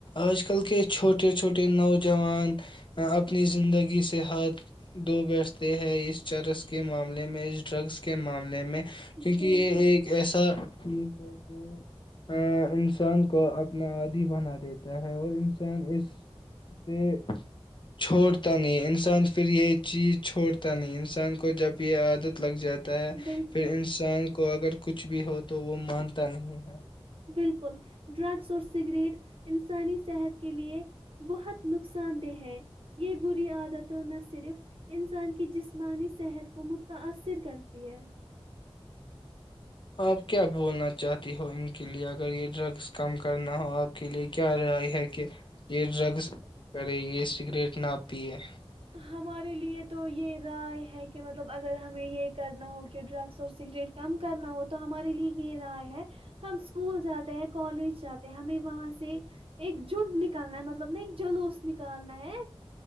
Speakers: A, on the left; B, on the right.
A: آج کل کے چھوٹے چھوٹے نوجوان اپنی زندگی سے ہاتھ دھو بیٹھتے ہیں اس چرس کے معاملے میں اس ڈرگس کے معاملے میں کیونکہ
B: بالکل
A: یہ ایک ایسا چیز ہے جو انسان کو اپنا آدی بنا دیتا ہے اور انسان اس سے چھوڑتا نہیں انسان پھر یہ چیز چھوڑتا نہیں انسان کو جب یہ عادت لگ جات ہے
B: بالکل
A: پھر ان <unintelligible> تو اگر کچھ بھی ہو تو وہ مانتا نہیں ہے
B: بالکل ڈرگس اور سگریٹ انسانی صحت کے لیے بہت نقصان دہ ہے یہ بری عادت نہ صرف انسان کی جسمانی صحت کو متاثر کرتی ہے
A: آپ کیا بولنا چاہتی ہو ان کے لئے اگر یہ ڈرگز کم کرنا ہو آپ کے لئے کیا رائے ہے کہ یہ ڈرگز کم کرے یہ سگریٹ نہ پیئے
B: ہمارے لیے تو یہ رائے ہے کہ مطلب اگر ہمیں یہ کرنا ہو کہ ڈرگس اور سگریٹ کم کرنا ہو تو ہمارے لیے یہ رائے ہے ہم اسکول جاتے ہیں کالج جاتے ہیں ہمیں وہاں سے ایک جٹ نکالنا ہے مطلب نا ایک جلوس نکالنا ہے